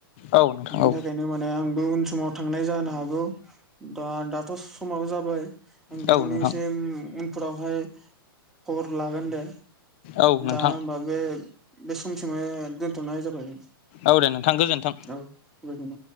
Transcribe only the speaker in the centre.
बिनि
थाखायनो माने आंबो उन समाव थांनाय जानो हागौ। दा दाथ' समाबो जाबाय आं बिथांनिसिम
उनफोरावहाय खबर लागोन दे।
दा होमबा बे बे समसिमनो दोनथ'नाय जाबाय।
औ गोजोननाय